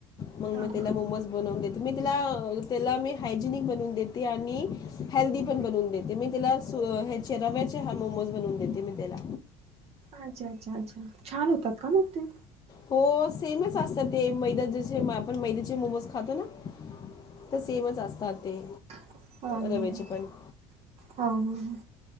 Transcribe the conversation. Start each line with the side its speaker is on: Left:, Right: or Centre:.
Left: मग
Right: हा
Left: मी त्याला
Right: हा
Left: मोमोज बनवून देते. मी तला त्याला मी हायजेनिक बनवून देते आणि हेल्दी पण बनून देते मी तेला सु ह्याचे रव्या चे ह मोमोज बनून देते मी त्याला.
Right: अच्छा अच्छा अच्छा छान होतात का मगं ते?
Left: हो सेमच असतात ते मैदा जसे आपण मैदयाचे मोमोज खातो ना. त सेमच असतात. ते.
Right: हम्म हम्म
Left: रव्याचे पण
Right: हम्म हम्म हम्म.